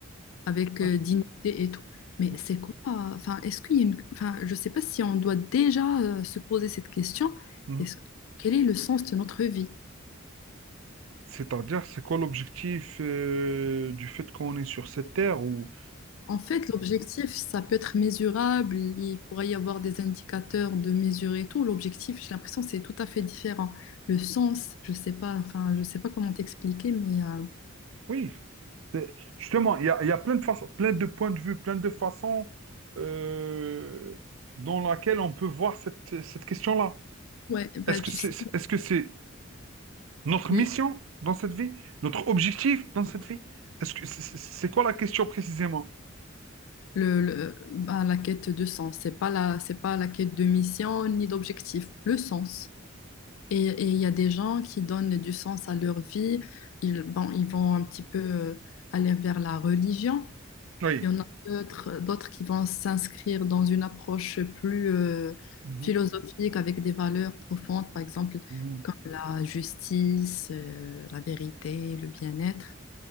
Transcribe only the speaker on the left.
avec
euh, dignité et tout. Mais
c'est quoi? Enfin, est-ce qu'il y a une, enfin, je sais pas si on doit déjà euh, se poser cette question.
Est-ce, quel est le sens de notre vie?
En fait, l'objectif, ça peut être mesurable, il pourrait y avoir des indicateurs de mesure et tout. L'objectif, j'ai l'impression, c'est tout à fait différent. Le sens, je sais pas, enfin, je sais pas comment t'expliquer, mais euh,
ouais, bah,
tu
sais,
il-
le, le- bah, la quête de sens, c'est pas la, c'est pas la quête de mission ni d'objectif, le sens. Et et il y a des gens qui donnent du sens à leur vie, ils, bon, ils vont un petit peu euh, aller vers la religion.
Il y en a d'autres, d'autres qui vont s'inscrire dans une approche plus euh,
philosophique avec des valeurs profondes, par exemple,
comme la justice, euh, la vérité, le bien-être,